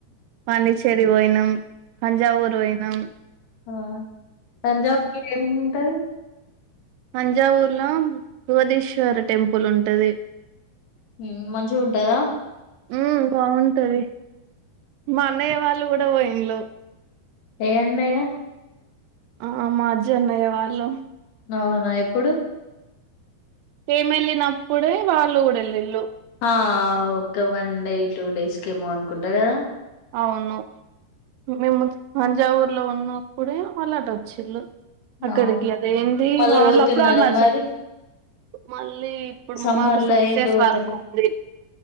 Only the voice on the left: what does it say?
హ తంజావూరుల ఏం ఉంటది.
ఉమ్ మంచిగా ఉంటదా
ఏ అన్నయ్య
అవునా ఎప్పుడు
ఆ ఒక వన్ డే టూ డేస్ కేమో అనుకుంటా కదా
ఆ,
మళ్ళా
పోతున్నారా
మరి
సమ్మర్
లో
ఏంటి పోతలే